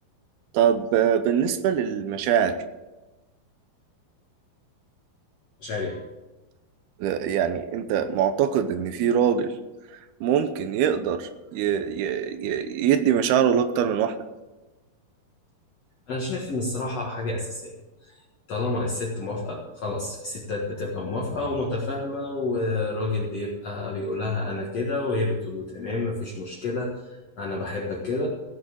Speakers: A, on the right (about 80°); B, on the left (about 50°).
A: طب آه، بالنسبة للمشاعر
B: مش عارف
A: لا، يعني انت معتقد ان في راجل ممكن يقدر ي... ي... ي... يدي مشاعره لأكتر من واحدة؟
B: انا شايف ان الصراحه حاجه اساسيه طالما الست موافقة خلاص في ستات بتبقى موافقة ومتفاهمة والراجل بيبقى بيقول لها أنا كده وهي بتقول له تمام مفيش مشكلة أنا بحبك كده